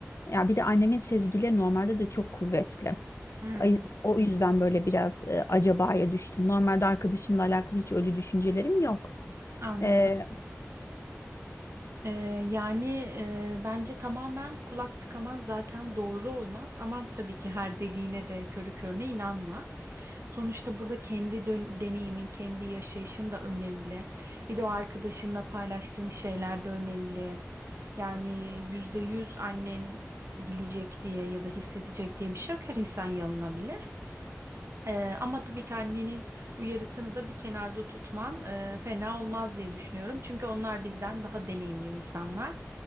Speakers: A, on the left; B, on the right.
A: ya bir de annemin sezgileri normalde de çok kuvvetli.
B: Hmm,
A: Ay- O yüzden böyle biraz e, acabaya düştüm. Normalde arkadaşımla alakalı hiç öyle düşüncelerim yok.
B: anladım.
A: E,
B: Ee, yani e, bence tamamen kulak tıkaman zaten doğru olmaz ama tabii ki her dediğine de körü körüne inanma. Sonuçta burada kendi dön- deneyimin, kendi yaşayışın da önemli. Bir de o arkadaşınla paylaştığın şeyler de önemli. Yani yüzde yüz annen bilecek diye ya da hissedecek diye bir şey yok. Her insan yanılabilir. Ee, ama tabii ki annenin uyarısını da bir kenarda tutman e, fena olmaz diye düşünüyorum. Çünkü onlar bizden daha deneyimli insanlar.